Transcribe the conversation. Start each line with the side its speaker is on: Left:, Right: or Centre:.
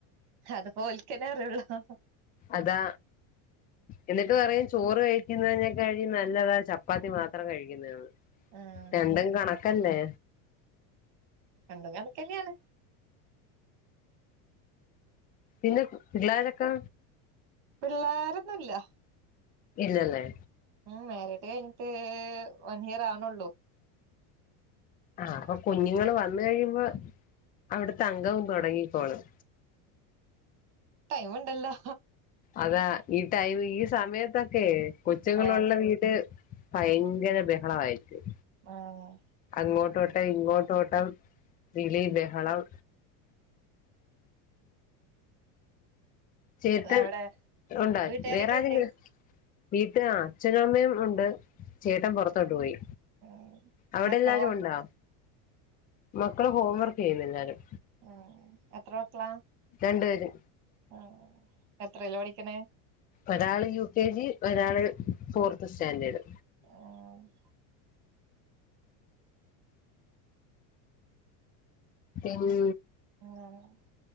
Right: അത് പോ ഓൽക്കെന്നെഅറിയുള്ളൂ.
Left: അതാ എന്നിട്ട് പറയും ചോറ് കഴിക്കുന്നതിനേക്കാൾ നല്ലതാ ചപ്പാത്തി മാത്രം കഴിക്കുന്നേന്ന്
Right: ഉം
Left: രണ്ടും കണക്കല്ലേ?
Right: രണ്ടുംകാണക്കെന്നെയാണ്.
Left: പിന്നെ പിള്ളാരൊക്കെ
Right: പിള്ളേരൊന്നുല്ല.
Left: ഇല്ലല്ലേ?
Right: ഉം മേരിഡ് കഴ്ഞ്ഞിട്ട് വൺ ഇയർ ആവ്ന്നൊള്ളു.
Left: ആഹ് അപ്പൊ കുഞ്ഞുങ്ങള് വന്ന് കഴിയുമ്പോ അവിടുത്തെഅംഗവും തുടങ്ങികൊള്ളും.
Right: ടൈമ് ഇണ്ടല്ലോ?
Left: അതാ ഈ ടൈമ് ഈസമയത്തൊക്കെ കൊച്ചുങ്ങളുള്ള
Right: ആഹ്
Left: വീ ട്ട് ഭയങ്കര ബെഹളയിരിക്കും
Right: ആഹ്
Left: അങ്ങോട്ട് ട്ട് ഇങ്ങോട്ടോട്ടം വിളിബെഹളം. ചേട്ടെൻ
Right: അവിടെ
Left: ഉണ്ടോ
Right: വീട്ടുകാരൊക്കെ
Left: വേറെ ആരെങ്കിൽ
Right: ഉണ്ട്
Left: വീട്ട അച്ഛനമ്മയുംഉണ്ട് ചേട്ടൻ പുറത്തോട്ട്പോയി.
Right: ഉം
Left: അവിടെല്ലാരും
Right: മക്കളോ
Left: ഉണ്ടോ മക്കൾ ഹോം വർക്ക് ചെയ്യുന്നു. എല്ലാരും
Right: ഉം എത്രമക്കളാ?
Left: രണ്ട്പേര്.
Right: ഉം എത്രിലാ പഠിക്ക്ണേ?
Left: ഒരാള് യു കെ ജി ഒരാള് ഫോർത്ത് സ്റ്റാൻഡേർഡ്.
Right: ആഹ്
Left: പിന്ന്
Right: <unintelligible>